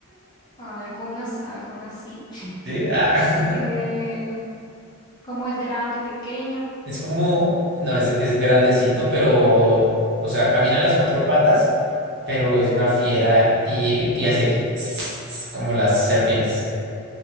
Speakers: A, on the left; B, on the right.
A: algunas, algunas sí. <laughs>
B: sí, ah. <laughs>
A: Em, como es grande, pequeño,
B: Es como, no, es, es grandecito, pero, o sea, camina en las cuatro patas, pero es una fiera y, y hace <laughs> como las serpientes.